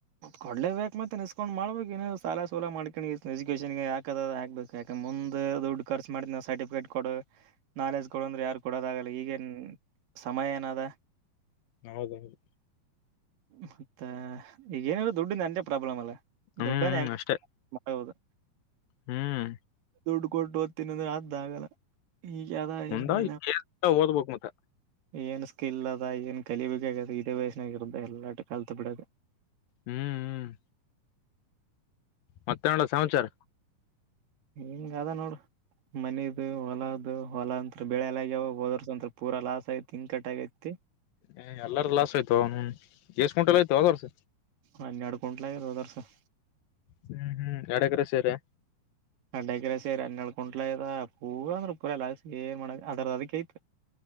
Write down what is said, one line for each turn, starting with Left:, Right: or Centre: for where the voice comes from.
Right: ಕೊಡ್ಲೆಬೇಕಕ್ ಮತ್ತೆ ನಿಸಸ್ಕೊಂಡ್ ಮಾಡ್ಬೇಕು ಏನ ಸಾಲ ಸಾಲ ಮಾಡ್ಕಿ ಎಜುಕೇೇಶನ್ ಗೆ ಯಾಕದಾಕ್ಬೇಕು ಯಾ ಮುಂದ್ ದುಡ್ಡು ಖರ್ಚು ಮಾಡ್ತಿನಿ ಸರ್ಟಿಫಿಕೇಟ್ ಕೊಡು ನಾಲೆಜ್ ಕೊಡ ಅಂದ್ರೆ ಯಾರ ಕೊಡೋದಾಗಲ್ಲ ಈಗೇನ್ ಸಮಯ ಏನದ.
Left: ಹೌದೌದು.
Right: ಮತ್ತ ಈಗ ಏನ ದುಡ್ಡಿನದು ಒಂದೇ ಪ್ರಾಬ್ಲಮ್ ಅಲ್ಲ.
Left: ಹ್ಮ್
Right: ದೊಡ್ಡನ ಹೆಂಗ
Left: ಅಷ್ಟೇ
Right: ಹೌದು.
Left: ಹ್ಮ್.
Right: ದುಡ್ಡು ಕೊಟ್ಟು ಓದ್ತೀನಿ ಅಂದ್ರೆ ಅತದ ಆಗಲ್ಲ. ಈಗ ಅದ
Left: ಮುಂದ
Right: ಈಗ ಏನ
Left: ಏನ್ ಓದ್ಬೇಕ್ ಮತ್ತ
Right: ಏನು ಸ್ಕಿಲ್ ಅದ ಏನ್ ಕಲಿಬೇಕ ಇದೇ ವಯಸ್ಸಿನಾಗ ಇರುದ ಎಲ್ಲಾಟ ಕಲ್ತ್ ಬಿಡಕ್
Left: ಹ್ಮ್ ಹ್ಮ್. ಮತ್ತೆ ಸಮಾಚಾರ
Right: ಇಂಗ ಆದ ನೋಡು. ಮನದು ಹೊಲದು ಹೊಲಾ ಅಂತ ಬೆಳೆ ಎಲ್ಲ ಆಗ್ಯಾವ ಹೋದರ್ಸ ಅಂತ ಪೂರ ಲಾಸ್ ಆಗೈತಿ ಹಿಂಗ ಕಟ್ ಆಗೈತಿ.
Left: ಹ ಎಲ್ಲಾರ ಲಾಸ್ ಆಯ್ತು ಏ ನೌನ ಎಷ್ಟ ಕ್ವಿಂಟೆಲ್ ಆಯ್ತು ಹೋದ ವರ್ಷ.
Right: ಹನ್ನೆರಡು ಕುಂಟ್ಲ <inaudible>
Left: ಹ್ಮ್ ಹ್ಮ್ ಎಡ್ ಎಕ್ರೆ ಸೇರೈ.
Right: ಎಡ್ ಎಕ್ರೆ ಸೇರಿ ಹನ್ನಳ್ ಕುಂಟ್ಲಾಆಗ್ಯದ ಪೂರ ಅಂದ್ರ ಪೂರಲ್ಲ ಏ ಮಾಡ್ ಅದ್ರದ ಅದಕ್ಕೆ ಐತ್